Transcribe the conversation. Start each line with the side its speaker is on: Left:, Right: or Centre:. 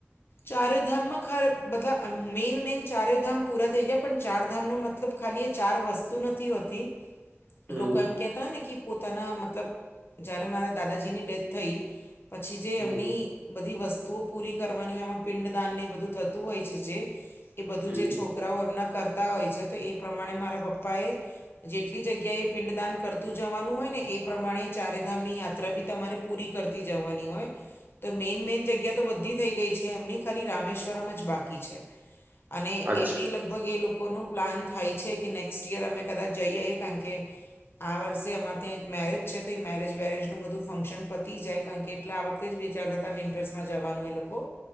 Left: ચારેધામમાં ખરા બધલા મેઈન મેઈન ચારેયધામ પૂરા થઈ ગયા પણ ચારધામનો મતલબ ખાલી એ ચાર વસ્તુ નથી હોતી.
Right: હમ
Left: લોકો એમ કહેતા હોય ને કે પોતાના મતલબ જ્યારે મારા દાદાજીની ડેથ થઈ. પછી જે
Right: હમ
Left: એમની બધી વસ્તુ પૂરી કરવાની હોય એમાં પિંડ દાન ને બધું થતું હોય છે જે એ બધું
Right: હમ
Left: જે છો. છોકરાઓ એમના કરતા હોય છે, તો એ પ્રમાણે મારા પપ્પા એ જેટલી જગ્યા એ પિંડદાન કરતું જવાનું હોય, ને એ પ્રમાણે ચારેધામ ની યાત્રા બી તમારે પૂરી કરતી જવાની હોય. તો મેઈન મેઈન જગ્યા તો બધી થઈ ગઈ છે, એમની ખાલી રામેશ્વરમ જ બાકી છે. અને
Right: અચ્છા
Left: એ બી લગભગ એ લોકો કોનું પ્લાન થાય છે, કે નેક્સ્ટ યર અમે કદાચ જઈ આવીઈએ કારણ કે આ વર્ષે અમારે ત્યાં એક મેરેજ છે, તો એ મેરેજ વરેજ નું બધું ફંક્શન પતી જાય. કારણ કે એટલે આ વખતે જ વિચારતા હતા વિન્ટર્સમાં જવાનું એ લોકો